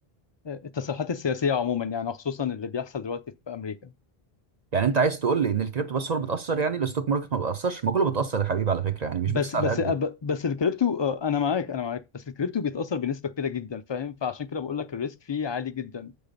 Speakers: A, on the left; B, on the right.
A: التصريحات السياسيه عموما يعني خصوصا اللي بيحصل دلوقتي في امريكا
B: يعني انت عايز تقول لي ان الكريبتو بس هو اللي بتاثر يعني الستوك ماركت ما بتاثرش ما كله بتاثر يا حبيبي على فكره يعني مش
A: بس
B: بس على
A: بس
B: قد
A: أب-
B: ال-
A: بس الكريبتو آه، انا معاك انا معاك بس الكريبتو بيتاثر بنسبه كبيره جدا فاهم فعشان كده بقول لك الريسك فيه عالي جدا